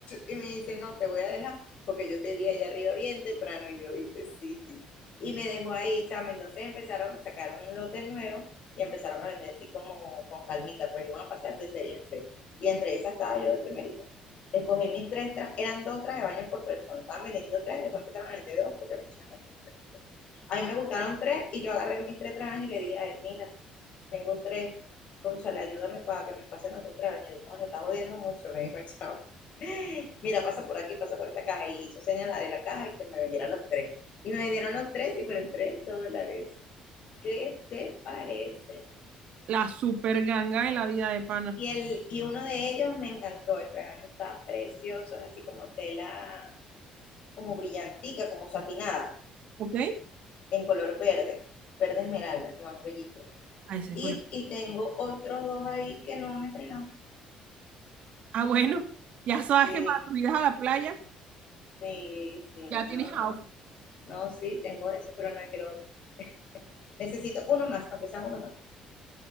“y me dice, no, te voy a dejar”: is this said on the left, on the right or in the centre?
Left